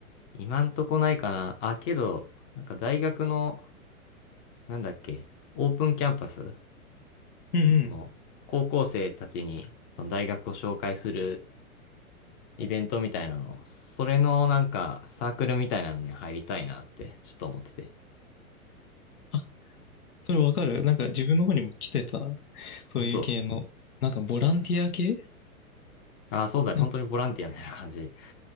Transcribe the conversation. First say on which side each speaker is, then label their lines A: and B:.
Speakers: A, on the left; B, on the left.
A: 今んとこないかな。あ、けど、なんか大学のなんだっけ、オープンキャンパス
B: うんうん。
A: この、高校生たちに、その大学を紹介するイベントみたいなの、それのなんか、サークルみたいなのに入りたいなって、ちょっと思ってて。
B: あ、それわかるなんか自分の方にも来てた。そういう系の。
A: 本当
B: なんかボランティア系
A: ああ、そうだね。
B: な
A: 本当にボランティアみたいな感じ。